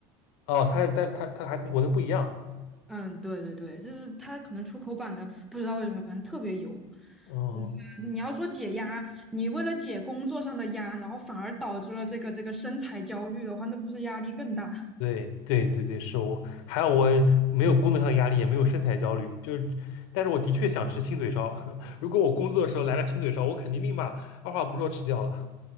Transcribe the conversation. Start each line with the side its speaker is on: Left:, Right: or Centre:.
Left: 哦，它是但它它还跟国内不一样，
Centre: 嗯，对对对，就是它可能出口版的不知道为什么，反正特别油。
Left: 哦
Centre: 嗯，你要说解压，你为了解工作上的压，然后反而导致了这个这个身材焦虑的话，那不是压力更大？
Left: 对对对对，是我，还有我没有工作上的压力，也没有身材焦虑，就是，但是我的确想吃亲嘴烧。<laughs> 如果我工作的时候来个亲嘴烧，我肯定立马二话不说吃掉了。